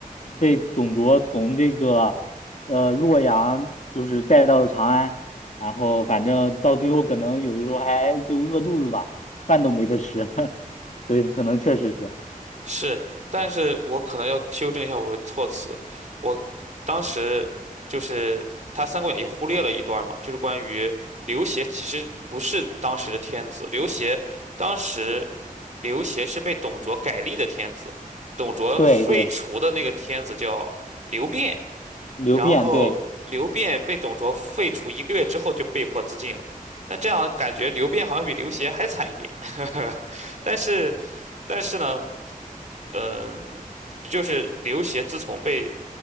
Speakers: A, on the left (about 55°); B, on the right (about 55°).
A: 被董卓从这个。呃洛阳就是带到了长安，然后反正到最后可能有的时候还就饿肚子吧，饭都没得吃，<laughs> 所以可能确实是，
B: 是，但是我可能要修正一下我的措辞。我当时就是他《三国演义》忽略了一段嘛，就是关于刘协其实不是当时的天子，刘协当时刘协是被董卓改立的天子，董卓废除的那个天子叫刘辩，
A: 对对，流变对，
B: 然后刘辩被董卓废除一个月之后就被迫自尽了。那这样感觉刘辩好像比刘协还惨一点，<laughs> 但是但是呢？嗯，就是刘协自从被